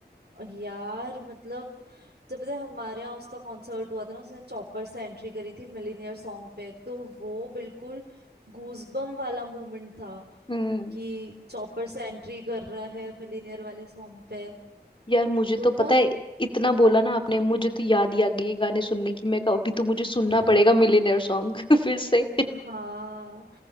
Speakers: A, on the right; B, on the left.
A: यार मतलब जब पता है हमारे यहाँ उसका कॉन्सर्ट हुआ था ना उसने चौपर से एंट्री करी थी मिलीनियर सॉन्ग पे तो वो बिल्कुल गूजबम वाला मोमेंट था
B: हम्म
A: कि चौपर से एंट्री कर रहा है मिलीनियर वाले सॉन्ग पे
B: यार मुझे तो
A: तो
B: पता
A: बहुत
B: है इतना बोला ना
A: हम्म
B: आपने मुझे तो याद ही आ गई ये गाने सुनने की मैं कहा अभी तो मुझे सुनना
A: हम्म।
B: पड़ेगा मिलियनेयर सॉन्ग <laughs> फिर से
A: हाँ